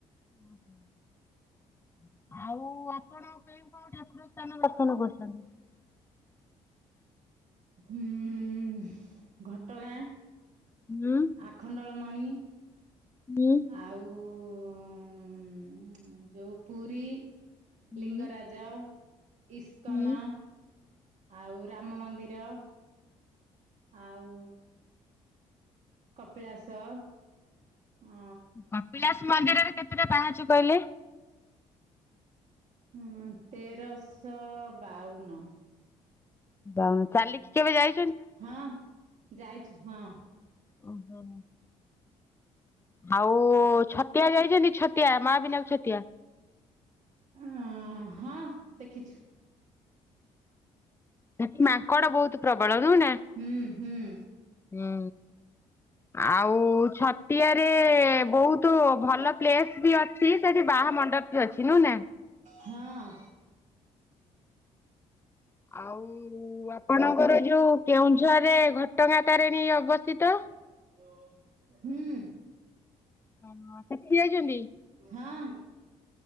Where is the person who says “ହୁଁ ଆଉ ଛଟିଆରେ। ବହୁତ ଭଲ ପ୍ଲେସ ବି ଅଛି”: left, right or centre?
Left